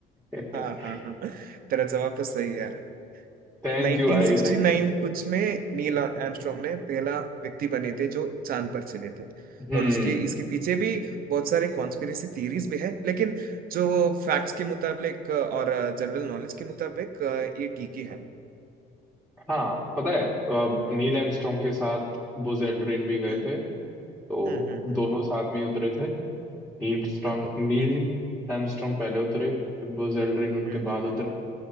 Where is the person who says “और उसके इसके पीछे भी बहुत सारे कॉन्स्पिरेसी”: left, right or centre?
Right